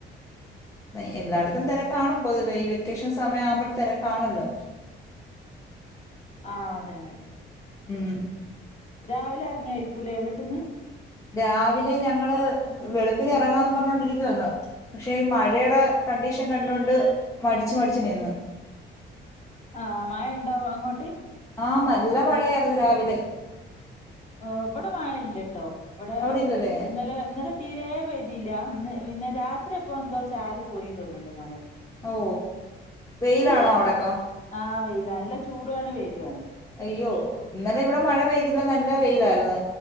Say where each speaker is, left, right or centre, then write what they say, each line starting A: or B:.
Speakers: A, on the left; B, on the left.
A: എ എല്ലായിടത്തും
B: ഉം
A: തെരക്കാണ് പൊതുവേ ഈ വെ വെക്കേഷൻ സമയം ആവുമ്പോ തെരകാണല്ലോ
B: ആഹ് അതന്നന്നെ
A: ഉം
B: രാവിലെ എറങ്ങിയായിരിക്കൂല്ലേ വീട്ടിന്ന്
A: രാവിലെ ഞങ്ങള് വെളുപ്പിന് എറങ്ങാന്ന് പറഞ്ഞോണ്ടിരിക്കുവർന്ന് പക്ഷേ ഈ മഴയുടെ കണ്ടീഷൻ കണ്ടൊണ്ട് മടിച്ചു മടിച്ചു നിന്ന്
B: ആഹ് മഴ ഉണ്ടാവും അങ്ങോട്ട്
A: ആഹ നല്ല മഴയായിരുന്നു രാവിലെ
B: ആ ഇവിടെ വായല്ല കേട്ടോ ഇവിടെ
A: അവിടെ ഇല്ലല്ലേ
B: ഇന്നല ഇന്നലെ തീരെ പ ഇല്ല അന്ന് പിന്നെ രാത്രി എപ്പോ എന്തോ ചാറി പോയി തോന്നുന്നുണ്ട് മായ
A: ഓ വെയിലാണോ അവിടക്കാ
B: ആഹ് വെയില നല്ല ചൂടുണ് വെലുണ്
A: അയ്യോ ഇന്നലെ ഇവിടെ മഴ പെയ്തില്ല നല്ല എല്ല വെയിലായിരുന്നു